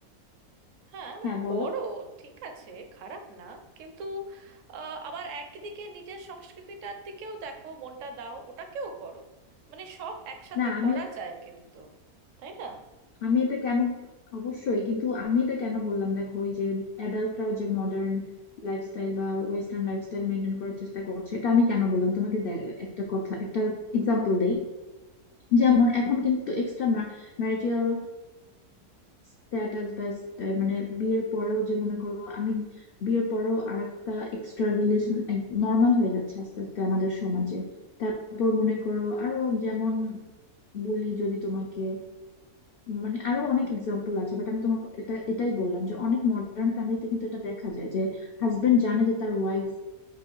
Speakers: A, on the right; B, on the left.
A: হ্যাঁ মানে
B: হ্যাঁ বলো
A: করো ঠিক আছে খারাপ না কিন্তু আহ, আবার একদিকে নিজের সংস্কৃতিটার দিকেও দেখো মনটা দাও ওটাকেও করো মানে সব একসাথে
B: না আমি
A: করা যায় কিন্তু তাই না
B: আমি এটা কেন অবশ্যই কিন্তু আমি এটা কেন বললাম দেখো ওই যে অ্যাডাল্টরাও যে মডার্ন লাইফস্টাইল বা ওয়েস্টার্ন লাইফস্টাইল মেনটেন করার চেষ্টা করছে এটা আমি কেন বললাম তোমাকে দে- একটা কথা একটা এক্সাম্পল দেই যেমন এখন কিন্তু এক্সট্রা ম্যারিটাল স্ট্যাটাস বা sta- মানে বিয়ের পরেও যে মনে করো আমি বিয়ের পরেও আরেকটা এক্সট্রা রিলেশন নর্মাল হয়ে যাচ্ছে আস্তে আস্তে আমাদের সমাজে তারপর মনে করো আরো যেমন বলি যদি তোমাকে মানে আরো অনেক এক্সাম্পল আছে বাট আমি তোমাকে এটা এটাই বললাম যে অনেক মডার্ন ফ্যামিলিতে কিন্তু এটা দেখা যায় যে হাজবেন্ড জানে যে তার ওয়াইফ